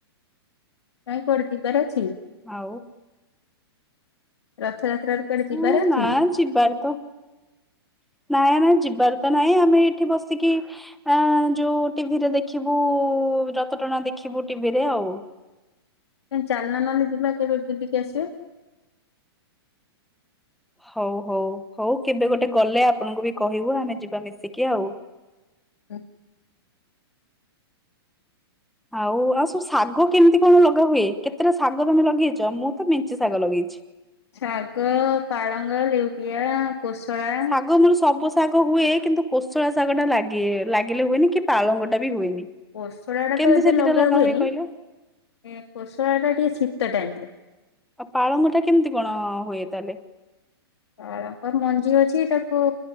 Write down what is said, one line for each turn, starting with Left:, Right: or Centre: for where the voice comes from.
Left: ନାଇଁ କୁଆଡ଼େ ଯିବାର ଅଛିକି?
Centre: ଆଉ?
Left: ରଥଯାତ୍ରାରେ କୁଆଡେ ଯିବାର
Centre: ହଁ
Left: ଅଛି?
Centre: ନା ଯିବାର ତ ନାଇଁ ଆମର ଯିବାର ତ ନାଇଁ ଆମେ ଏଇଠି ବସିକି ଆଁ ଯୋଉ ଟିଭିରେ ଦେଖିବୁ ରଥଟଣା ଦେଖିବୁ ଟିଭିରେ ଆଉ।
Left: କାଇଁ ଚାଲୁନ ନହଲେ ଯିବା କେବେ ବୁଲିକି ଆସିବା।
Centre: ହୋଉ ହୋଉ ହୋଉ କେବେ ଗୋଟେ ଗଲେ ଆପଣଙ୍କୁ ବି କହିବୁ ଆମେ ଯିବା ମିଶିକି ଆଉ।
Left: ହଁ।
Centre: ଆଉ ଆଉ ସବୁ ଶାଗ କେମିତି କଣ ଲଗା ହୁଏ? କେତେଟା ଶାଗ ତୋମେ ଲଗେଇଚ? ମୁଁ ତ ମେଞ୍ଚେ ଶାଗ ଲଗେଇଛି।
Left: ଶାଗ ପାଳଙ୍ଗ, ଲେଉଟିଆ, କୋଶଳା।
Centre: ଶାଗ ମୋର ସବୁ ଶାଗ ହୁଏ କିନ୍ତୁ କୋଶଳା ଶାଗ ଟା ଲାଗେ ଲାଗିଲେ ହୁଏନି। କି ପାଳଙ୍ଗ ଟା ବି ହୁଏନି।
Left: କୋଶଳା ଟା
Centre: କେମିତି
Left: ତ ଏବେ
Centre: ସେ
Left: ଲଗା
Centre: ଦିଟା
Left: ହୁଏନି।
Centre: ହୁଏ କହିଲେ
Left: ଏ କୋଶଳା ଟା ଟିକେ ଶୀତ ଟାଇମ୍ ରେ।
Centre: ଆଉ ପାଳଙ୍ଗ ଟା କେମିତି କଣ ହୁଏ ତାହେଲେ?
Left: ପାଳଙ୍ଗ ମଞ୍ଜି ଅଛି ତାକୁ